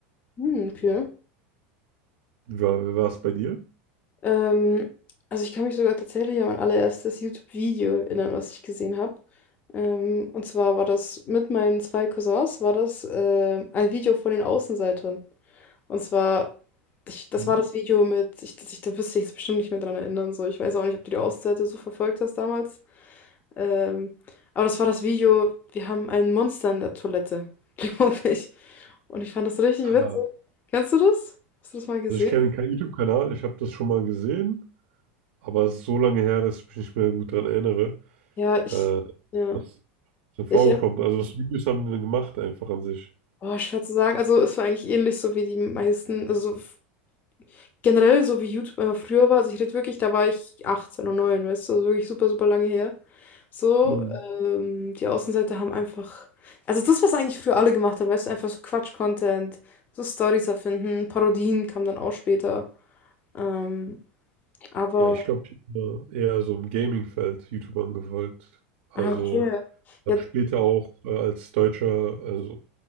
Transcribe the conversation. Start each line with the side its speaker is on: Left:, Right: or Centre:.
Left: Hm, okay.
Right: Wie war es bei dir?
Left: Ähm, also ich kann mich sogar tatsächlich an mein allererstes YouTube-Video erinnern, was ich gesehen habe. Ähm, und zwar war das mit meinen zwei Cousins, war das ähm, ein Video von den Außenseitern. Und zwar, ich, das
Right: Mhm.
Left: war das Video mit, ich, ich, da wirst du jetzt bestimmt nicht mehr dran erinnern, so. Ich weiß auch nicht, ob du die Außenseiter so verfolgt hast damals. Ähm, aber das war das Video, wir haben ein Monster in der Toilette, <laughs> glaube ich. Und ich fand das richtig
Right: Ah,
Left: witzig. Kennst du das? Hast du das mal gesehen?
Right: also ich kenne keinen YouTube-Kanal, ich habe das schon mal gesehen, aber es ist so lange her, dass ich mich nicht mehr gut daran erinnere,
Left: Ja, ich,
Right: äh,
Left: ja.
Right: was ist denn vorgekommen?
Left: Ja, Ich,
Right: ist. Also was für Videos haben die denn gemacht einfach an sich?
Left: Oh, schwer zu sagen. Also es war eigentlich ähnlich so wie die meisten, also so f- generell so wie YouTube einfach früher war. Also ich rede wirklich, da war ich 18 und 9, weißt du, also wirklich super, super lange her. So,
Right: Mhm.
Left: ähm, die Außenseiter haben einfach, also das, was eigentlich früher alle gemacht haben, weißt du, einfach so Quatsch-Content, so Stories erfinden, Parodien kamen dann auch später. Ähm, aber,
Right: Ja, ich glaube, ich bin da eher so im Gaming-Feld YouTube angefolgt. Also
Left: ah, okay.
Right: Dann
Left: Ja,
Right: später auch äh, als deutscher, also